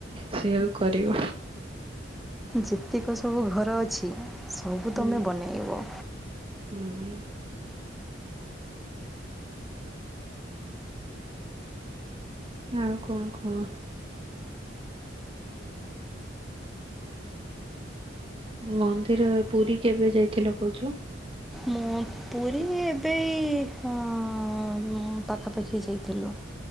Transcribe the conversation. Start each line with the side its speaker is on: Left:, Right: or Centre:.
Right: ସେଉ କରିବ
Centre: ଯେତିକ ସବୁ ଘର ଅଛି, ସବୁ
Right: ହୁଁ
Centre: ତୋମେ ବନେଇବ।
Right: ହୁଁ। ଆଉ କଣ କଅ? ମନ୍ଦିର ର ପୁରୀ କେବେ ଯାଇଥିଲ କହୁଛ?
Centre: ମୁଁ ପୁରୀ ଏବେ ଏଇ ହଁ ମୁଁ ପାଖାପାଖି ଯାଇଥିଲୁ।